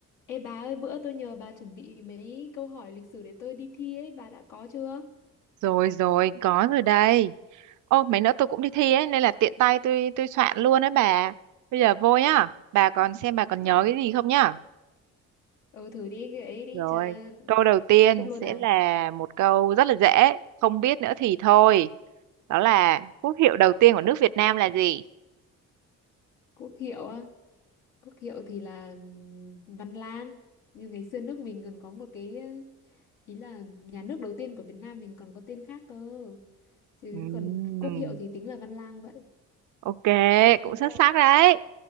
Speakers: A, on the left (about 85°); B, on the right (about 75°).
A: Ê bà ơi, bữa tôi nhờ bà chuẩn bị mấy câu hỏi lịch sử để tôi đi thi ấy, bà đã có chưa?
B: Rồi rồi, có rồi đây. Ô, mấy nữa tôi cũng đi thi ấy, nên là tiện tay tôi tôi soạn luôn đấy bà. Bây giờ vô nhá. Bà còn xem bà còn
A: Ờ,
B: nhớ cái gì không nhá.
A: ừ, thử đi cái ấy đi,
B: Rồi,
A: cha...
B: câu đầu tiên
A: Cốt luôn
B: sẽ
A: à?
B: là một câu rất là dễ, không biết nữa thì thôi. Đó là quốc hiệu đầu tiên của nước Việt Nam là gì?
A: Quốc hiệu á? Quốc hiệu thì là ừm, Văn Lang. Như ngày xưa nước mình còn có một cái, ừ, ý là nhà nước đầu tiên của Việt Nam mình còn có tên khác cơ. Chứ
B: Ừm,
A: còn quốc hiệu thì tính là Văn Lang vậy.
B: ok, cũng
A: Đúng
B: xuất
A: không?
B: sắc đấy.